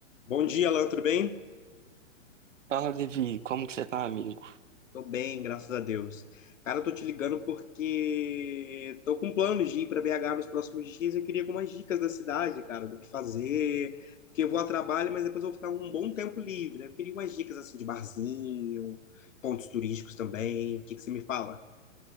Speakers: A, on the left; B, on the right.
A: Bom dia, Alan, tudo bem?
B: Fala, Levi, como que você tá, amigo?
A: Tô bem, graças a Deus. Cara, eu tô te ligando porque tô com planos de ir para BH nos próximos dias e eu queria algumas dicas da cidade, cara, do que fazer, porque eu vou a trabalho, mas depois eu vou ficar um bom tempo livre, né? Eu queria umas dicas assim de barzinho, pontos turísticos também. O que que você me fala?